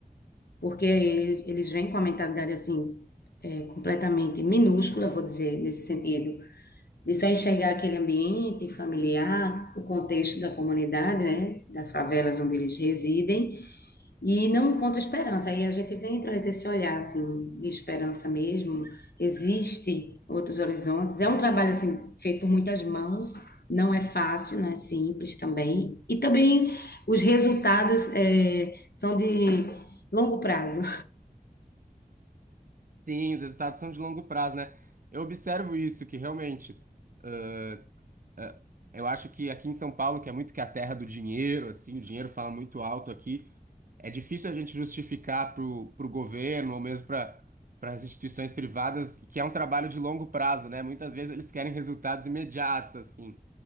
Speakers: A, on the left (about 85°); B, on the right (about 60°).
A: Porque eles, eles vêm com a mentalidade assim, é, completamente minúscula, vou dizer, nesse sentido, de só enxergar aquele ambiente familiar, o contexto da comunidade, né? Das favelas onde eles residem, e não encontra esperança. Aí a gente vem e traz esse olhar assim de esperança mesmo. Existe outros horizontes. É um trabalho assim feito por muitas mãos. Não é fácil, não é simples também. E também os resultados eh, são de longo prazo.
B: Sim, os resultados são de longo prazo, né? Eu observo isso, que realmente, ãh, ãh, eu acho que aqui em São Paulo, que é muito que a terra do dinheiro, assim, o dinheiro fala muito alto aqui, é difícil a gente justificar para o governo ou mesmo para para as instituições privadas que é um trabalho de longo prazo, né? Muitas vezes eles querem resultados imediatos, assim.